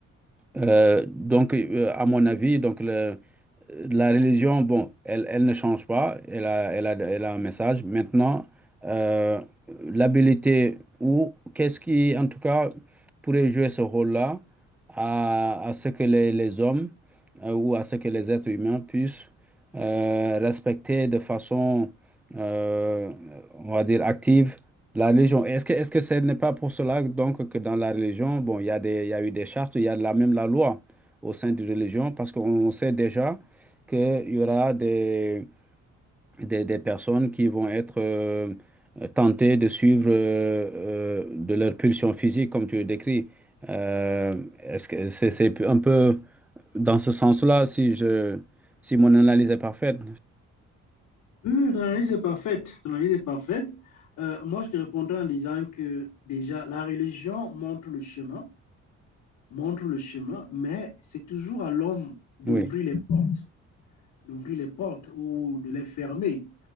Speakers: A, in the centre; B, on the left.
A: euh, donc, euh, à mon avis, donc le- la religion, bon, elle, elle ne change pas, elle a, elle a, elle a un message. Maintenant, euh, l'habilité ou qu'est-ce qui, en tout cas, pourrait jouer ce rôle-là à, à ce que les, les hommes euh, ou à ce que les êtres humains puissent euh, respecter de façon, euh, on va dire, active la religion, est-ce que, est-ce que ce n'est pas pour cela donc que dans la religion, bon, il y a des, il y a eu des chartes, il y a la, même la loi au sein d'une religion, parce qu'on sait déjà qu'il y aura des, des, des personnes qui vont être euh, tentées de suivre euh, euh, de leur pulsion physique, comme tu le décris. Euh, est-ce que c'est, c'est un peu dans ce sens-là, si je, si mon analyse est parfaite?
B: Hum, ton analyse est parfaite. Ton analyse est parfaite. Euh, moi, je te répondrai en disant que déjà, la religion montre le chemin, montre le chemin, mais c'est toujours à l'homme d'ouvrir
A: Oui,
B: les portes, d'ouvrir les portes ou de les fermer.